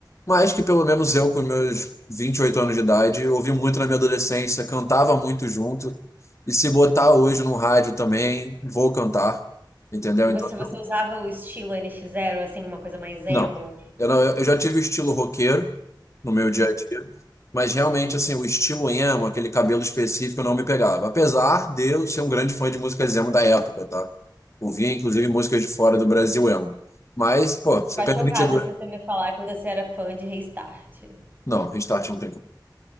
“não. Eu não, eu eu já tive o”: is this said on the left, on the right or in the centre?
Left